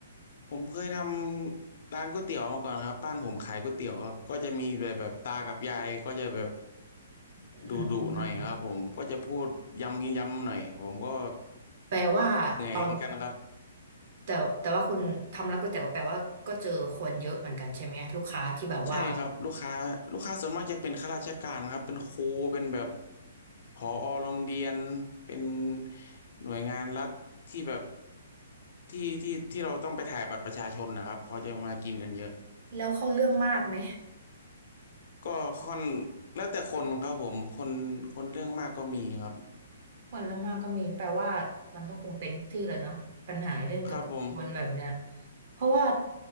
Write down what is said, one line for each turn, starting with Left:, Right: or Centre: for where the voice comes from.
Left: ผมเคยทำร้านก๋วยเตี๋ยวมาก่อนครับบ้านผมขายก๋วยเตี๋ยวครับก็จะมีแบบแบบตากับยายก็จะแบบ
Right: อื
Left: ดุดุหน่อยครับผมก็จะพูดย้ำย้ำหน่อยผมก็
Right: มแปลว่าตอน
Left: เหนื่อยเหมือนกันครับ
Right: แต่แต่ว่าคุณทำร้านก๋วยเตี๋ยวแปลว่าก็เจอคนเยอะเหมือนกันใช่ไหมลูกค้าที่แบบว่า
Left: ใช่ครับลูกค้าลูกค้าส่วนมากจะเป็นข้าราชการครับเป็นครูเป็นแบบผอโรงเรียนเป็นหน่วยงานรัฐที่แบบที่ที่ที่เราต้องไปถ่ายบัตรประชาชนนะครับเขาจะมากินกันเยอะ
Right: แล้วเข้าเรื่องมากไหม
Left: ก็ค่อนแล้วแต่คนครับผมคนคนเรื่องมากก็มีครับ
Right: คนเรื่องมากก็มีแปลว่ามันก็คงเป็นทุกที่แหละเนาะปัญหาเรื่องเกี่ยวกับคนแบบเนี้ย
Left: ครับผม
Right: เพราะว่า